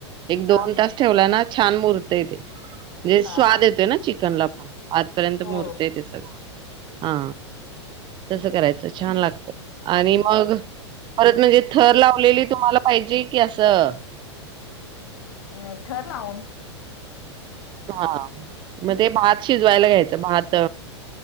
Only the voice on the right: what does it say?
एक दोन
तास ठेवला ना छान मूरतय ते जे
स्वाद
येतोय ना चिकनला <inaudible> आतपर्यंत
मुरतय ते सगळं हा तसं करायचं छान लागतं आणि मग परत म्हणजे थर लावलेले तुम्हाला पाहिजे की असं
हा मधे भात शिजवायला घ्यायचं भात